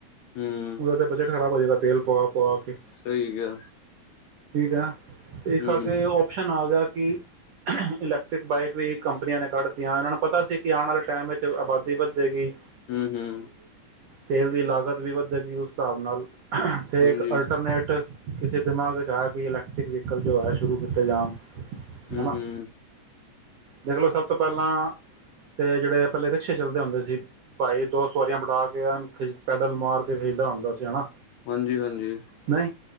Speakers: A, on the left; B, on the right.
A: ਹੂੰ
B: ਉਹਦਾ ਤੇ ਬਜਟ ਖਰਾਬ ਉਹ ਜਿਹੜਾ ਤੇਲ ਪੁਆ ਪੁਆ ਕੇ
A: ਸਹੀ ਕਿਹਾ
B: ਠੀਕ ਹੈ
A: ਹੂੰ
B: ਤੇ ਇਸ ਕਰਕੇ
A: ਹੂੰ
B: ਓਪਸ਼ਨ ਆ ਗਿਆ ਕਿ ਇਲੈਕਟ੍ਰਿਕ ਬਾਈਕ ਵੀ ਕੰਪਨੀਆਂ ਨੇ ਕੱਢਤੀਆਂ ਇਹਨਾਂ ਨੂੰ ਪਤਾ ਸੀ ਕਿ ਆਣ ਵਾਲੇ ਟਾਈਮ ਵਿੱਚ ਆਬਾਦੀ ਵੱਧੇਗੀ
A: ਹੂੰ ਹੂੰ।
B: ਤੇਲ ਦੀ ਲਾਗਤ ਵੀ ਵਧੇਗੀ ਉਸ ਹਿਸਾਬ ਨਾਲ ਅਤੇ
A: ਹਾਂਜੀ
B: ਇੱਕ ਅਲਟਰਨੇਟ ਕਿਸੇ ਦਿਮਾਗ ਵਿੱਚ ਆਇਆ ਕਿ ਇਲੈਕਟ੍ਰਿਕ ਵਹੀਕਲ ਜੋ ਹੈ ਸ਼ੁਰੂ ਕੀਤੇ ਜਾਣ
A: ਹੂੰ
B: ਹਨਾ
A: ਹੂੰ
B: ਦੇਖਲੋ ਸਭ ਤੋਂ ਪਹਿਲਾਂ, ਤੇ ਜਿਹੜੇ ਪਹਿਲੇ ਰਿਕਸ਼ੇ ਚੱਲਦੇ ਹੁੰਦੇ ਸੀ ਬਾਈ ਦੋ ਸਵਾਰੀਆਂ ਬਿਠਾ ਕੇ ਖਿ ਪੈਡਲ ਮਾਰ ਕੇ ਖਿੱਚਦਾ ਹੁੰਦਾ ਸੀ ਹਨਾ।
A: ਹਾਂਜੀ ਹਾਂਜੀ
B: ਨਹੀਂ